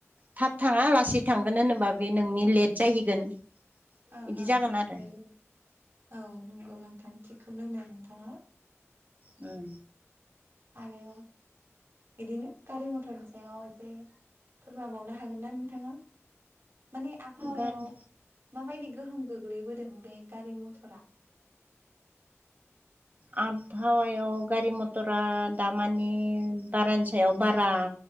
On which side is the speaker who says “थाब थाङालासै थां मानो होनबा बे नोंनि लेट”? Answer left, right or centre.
Right